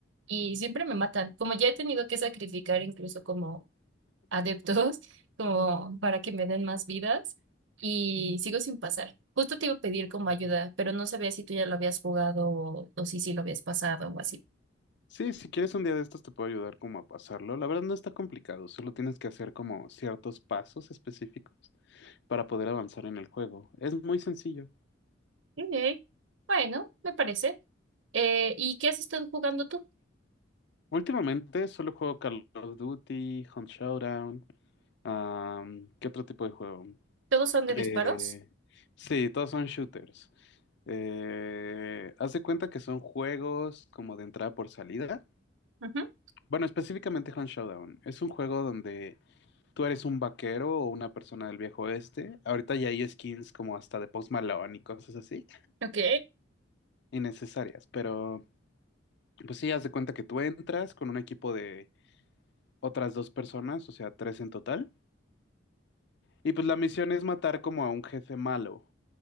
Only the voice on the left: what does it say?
Sí, si quieres un día de estos te puedo ayudar como a pasarlo. La verdad no está complicado, solo tienes que hacer como ciertos pasos específicos para poder avanzar en el juego. Es muy sencillo.
Últimamente solo juego Call of Duty, Hunt Showdown, am, ¿qué otro tipo de juego?
Eh, sí, todos son shooters. Eh, haz de cuenta que son juegos como de entrada por salida.
Bueno, específicamente Hunt Showdown. Es un juego donde tú eres un vaquero o una persona del viejo oeste. Ahorita ya hay skins como hasta de Post Malone y cosas así,
innecesarias. Pero pues sí, haz de cuenta que tú entras con un equipo de otras dos personas, o sea, tres en total. Y pues la misión es matar como a un jefe malo,